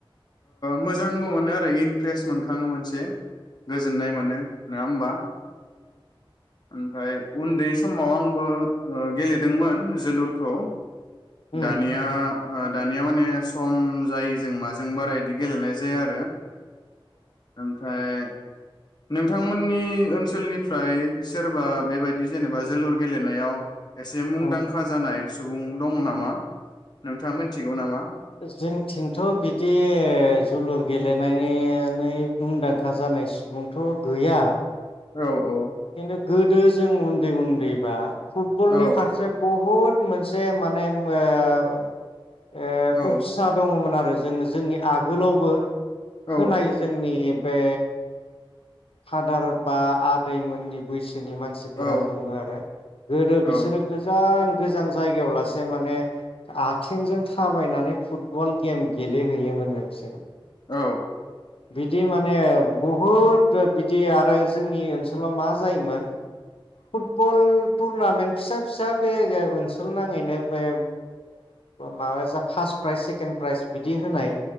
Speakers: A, on the left; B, on the left.
A: मोजांबो मोनो आरो इन्ट्रेस्ट मोनखाङो मोनसे गोजोननाय मोनो नङा होमबा ओमफ्राय उन्दै समाव आंबो गेलेदोंमोन जोलुरखौ
B: उम
A: दानिया दानिया माने सम जायो जों माजों बारा इदि गेलेनाय जाया आरो आमफ्राय नोंथांमोननि ओनसोलनिफ्र फ्राय सोरबा बेबायदि जेनेबा जोलुर गेलेनायाव एसे मुंदांखा
B: उम
A: जानाय सुबुं दङ नामा नोंथाङा मोनथिगौ नामा
B: जोंथिंथ' बिदि जोलुर गेलेनानै मुंदांखा जानाय सुबुंथ' गैया
A: औ औ
B: खिन्थु गोदो जों उन्दै उन्द दैबा फुटबलनि
A: औ
B: फारसे बुहुत मोनसे माने ओ
A: औ
B: उत्सा दङमोन आरो। आरो जोङो जोंनि आगोलावबो खोनायो
A: औ
B: जोंनि बे फादार बा दैमोननि बैसो मानसिफोरा
A: औ
B: बुङो आरो गोदो
A: औ
B: बिसोरो गोजान गोजान जायगायाव लासो माने आथिंजों थाबायनानै फुटबल गेम गेलेहैयोमोन बिसोरो
A: औ।
B: बिदि माने बहुद बिदि आरो जोंनि ओनसोलाव ओनसोलाव मा जायोमोन। फुटबल <inaudible> टुर्नामेन्ट फिसा फिसा बे ओनसोल नाङैनो बे माबा जा फार्स प्राइज सेकेणड प्राइज बिदि होनाय